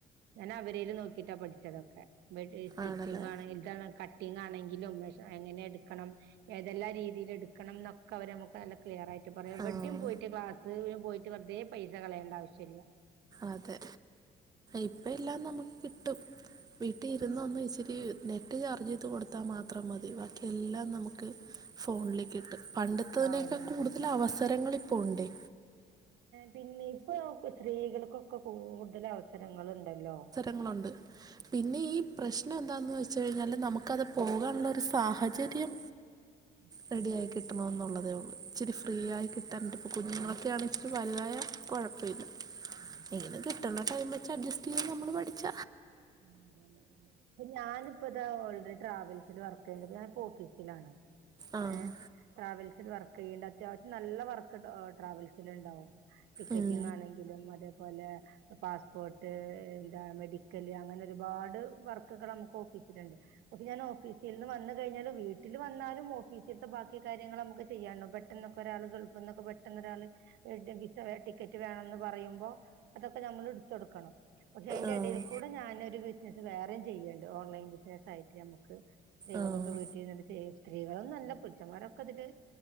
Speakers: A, on the right (about 85°); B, on the right (about 20°).
A: ഞാന അവരേൽ നോക്കിട്ടാ പഠിച്ചതൊക്കെ സ്റ്റിച്ചിങ്ങാണ്
B: ആണല്ലേ
A: എന്താണ് ക ആണെങ്കിലും എങ്ങനെ എടുക്കണം ഏതെല്ലാ രീതിയിലെടുക്കണം ന്നൊക്കെ അവരെ നമു ക്ലിയർ ആയിട്ട് പറയാം എവിടെയും
B: ആഹ്
A: പോയിട്ട് ക്ലാസ് പോയിട്ട് വെറുതെ പൈസ കളയേണ്ട ആവശ്യമില്ല.
B: അതെ ഇപ്പം എല്ലാം നമുക്ക് കിട്ടും വീട്ടിൽ ഇരുന്ന ഒന്ന് ഇച്ചിരി നെറ്റ് ചാർജ് ചെയ്ത് കൊടുത്താൽ മാത്രം മതി ബാക്കിഎല്ലാം നമുക്ക് ഫോണിലേക്ക് എത്തും പണ്ടത്തതിനേക്കാൾ
A: ആഹ് അതെ അതെ
B: കൂടുതൽ
A: അതെ
B: അവസരങ്ങള് ഇപ്പോണ്ടെ
A: പിന്നെ ഇപ്പൊ സ്ത്രീകൾക്കൊക്കെ കൂടുതൽ അവസരങ്ങളുണ്ടല്ലോ
B: ങ്ങള്ണ്ട് പിന്നെ ഈ പ്രശ്നം എന്താന്ന് വെച്ച് കഴിഞ്ഞാൽ നമുക്കത് പോകാനുള്ള ഒരു സാഹചര്യം
A: <inaudible>
B: റെഡിയ ആയി കിട്ടണം എന്നുള്ളതേ ഉള്ളൂ ഇിച്ചിരി ഫ്രീ ആയി കിട്ടാനിട്ട് കുഞ്ഞുങ്ങളൊക്കെ ആണെച്ചിട്ട് വല്തായ കൊഴപ്പല്ല.
A: <inaudible>
B: അങ്ങനെ കിട്ടുന്ന ടൈം വെച്ച് അഡ്ജസ്റ്റ് ചെയ്ത നമ്മള് പഠിച്ച
A: ഉം അതെന്നെ അതെ ഈ ഞാൻ ഇപ്പതാ ഓൾറെഡി ട്രാവൽസിൽ വർക്ക് ചെയ്യ ഞാൻപ്പോ ഓഫീസിലാണ്
B: ആഹ്
A: ഏഹ് ട്രാവൽസിൽ വർക്ക് ചെയ്യേണ്ട അത്യാവശ്യം നല്ല വർക്ക് ട്രാവൽസിൽ ണ്ടാവും ടിക്കറ്റിനാണെങ്കി
B: ഉം
A: ങ്കിലും അതേപോലെ പാസ്സ്പ്പോട്ട് ന്താ മെഡി ല് അങ്ങനെ ഒരുപാട് വർക്കൊക്കെ നമുക്ക് ഓഫീസിലുണ്ട് പക്ഷെ ഞാൻ ഓഫീസി ഇന്ന് വന്ന് കഴിഞ്ഞാലും വീട്ടില് വന്നാലും ഓഫീസിൽത്തെ ബാക്കി കാര്യങ്ങൾ നമുക്ക് ചെയ്യാണ്ടാവും പെട്ടെന്ന ഒരാൾ ഗൾഫിൽന്നൊക്കെ പെട്ടെന്ന് ഒരാൾ വിസ ടിക്കറ്റ് വേണന്ന് പറയുമ്പോ അതൊക്കെ നമ്മൾ എടുത്ത് കൊടുക്കണം പക്ഷെ അതിന്റെ
B: ആഹ്
A: എടേൽ ഇവടെ ഞാനൊരു ബിസിനസ്സ് വേറെയും ചെയ്യ്ണ്ട് ഓൺലൈൻ ബിസിനായിട്ട് നമുക്ക്. സ്ത്രീകൾക്കൊക്കെ
B: ആഹ്
A: വീട്ടിൽ ഇരുന്നിട്ട് സ്ത്രീകള്ന്നല്ല പുരുഷന്മാരൊക്കെ ഇതില്